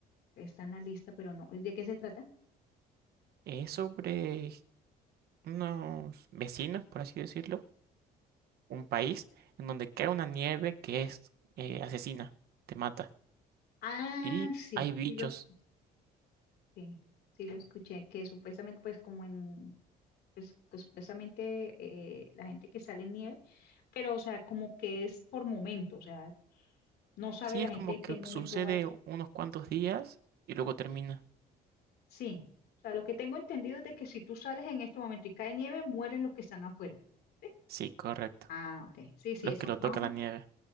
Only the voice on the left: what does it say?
está en la lista, pero no. ¿Y ¿De qué se trata?
Ah,
sí,
sí lo escuché. Sí, sí lo escuché. Que supuestamente pues como en... Pues, que supuestamente eh, la gente que sale en nieve, pero o sea, como que es por momentos, o sea, No sabe
la
gente
en
qué momento
va a...
Sí, o sea, lo que tengo entendido es de que si tú sales en este momento y cae nieve, mueren los que están afuera. ¿sí?
Ah, ok. Sí, sí,
eso,
más
o menos.